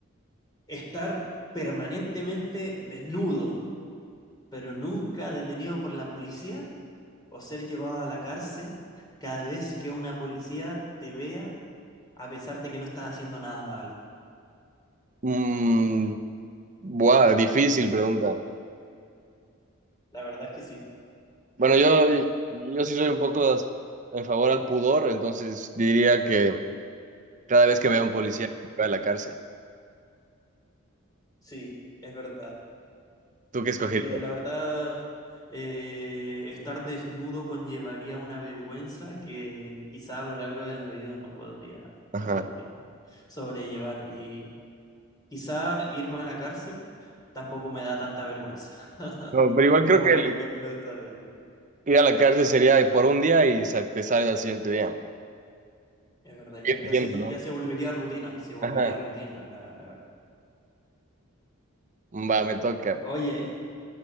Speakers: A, on the left; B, on the right.
A: ¿Estar permanentemente desnudo, pero nunca detenido por la policía? ¿O ser llevado a la cárcel cada vez que una policía te vea, a pesar de que no estás haciendo nada malo?
B: Mm, buah, difícil pregunta.
A: La verdad es que sí.
B: Bueno, yo, yo sí soy un poco en favor al pudor, entonces diría que cada vez que vea a un policía, va a la cárcel.
A: Sí, es verdad.
B: ¿Tú qué escogerías?
A: Porque la verdad, eh, estar desnudo conllevaría una vergüenza que quizá a lo largo de la vida no podría,
B: Ajá.
A: no podría sobrellevar. Y quizá irme a la cárcel tampoco me da tanta vergüenza <laughs>
B: No, pero igual
A: como
B: creo que
A: por
B: el
A: ejemplo estar desnudo.
B: ir a la cárcel sería de por un día y sa- te sale al siguiente día.
A: Es verdad, ya, ya
B: Entiendo,
A: sería,
B: ¿no?
A: ya se volvería rutina, se volvería
B: Ajá.
A: rutina, la, la verdad.
B: Va, me toca.
A: Oye,